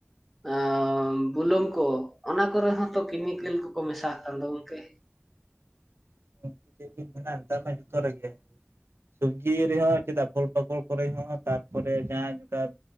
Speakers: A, in the centre; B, on the right.
A: ᱦᱮᱸ ᱚ ᱵᱩᱞᱩᱝ ᱠᱚ ᱚᱱᱟ ᱠᱚᱨᱮ ᱦᱚᱸᱛᱚ ᱠᱮᱢᱤᱠᱮᱞ ᱠᱚᱠᱚ ᱢᱮᱥᱟᱜ ᱟᱜ ᱠᱟᱱ ᱫᱚ ᱜᱚᱢᱠᱮ,
B: <unintelligible> ᱪᱮᱫ ᱵᱤᱱ ᱢᱮᱱᱟ ᱱᱮᱛᱟᱨ ᱢᱟ ᱡᱚᱛᱚ ᱨᱮᱜᱮ ᱾ ᱥᱩᱵᱽᱡᱤ ᱨᱮᱦᱚᱸ ᱪᱮᱫᱟᱜ ᱯᱷᱚᱞ ᱯᱟᱠᱚᱲ ᱠᱚᱨᱮ ᱦᱚᱸ ᱛᱟᱨᱯᱚᱨᱮ ᱡᱟᱦᱟᱸ ᱡᱚᱠᱟᱛ